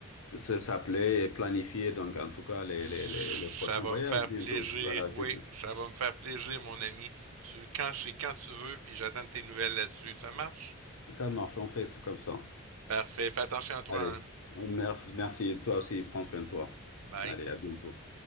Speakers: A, on the left (about 75°); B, on the right (about 75°).
A: se s'appeler et planifier, donc en tout cas, les,
B: Ça
A: les, les, les prochains
B: va
A: voyages
B: me faire
A: bientôt.
B: plaisir,
A: Voilà,
B: oui,
A: je-
B: ça va me faire plaisir, mon ami. Tu, quand c'est quand tu veux, puis j'attends tes nouvelles là-dessus. Ça marche?
A: ça marche, on fait ça comme ça.
B: Parfait, fais attention à toi,
A: Allez,
B: hein?
A: merci, merci, toi aussi, prends soin de toi.
B: Bye.
A: Allez, à bientôt.